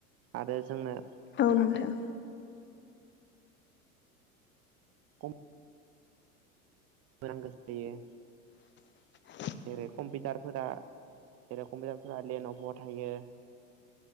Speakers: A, on the right; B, on the left.
A: आरो जोंनो
B: औ नोंथां
A: खम <unintelligible> जायो
B: <unintelligible>
A: जेरै कम्पिटारफोरा जेरै कम्पिटारफोरा लेनभ' थायो